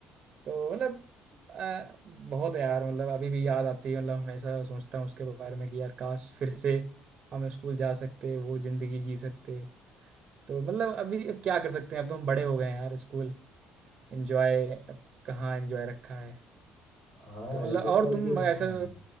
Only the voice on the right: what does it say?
तो मतलब आ, बहुत यार मतलब अभी भी याद आती है मतलब हमेशा सोचता हूँ उसके बारे में कि यार काश फिर से हम स्कूल जा सकते वो जिंदगी जी सकते तो मतलब अभी अब क्या कर सकते हैं अब तो हम बड़े हो गए हैं यार स्कूल एंजॉय कहाँ एंजॉय रखा है
तो मतलब
और
तुम
ऐसा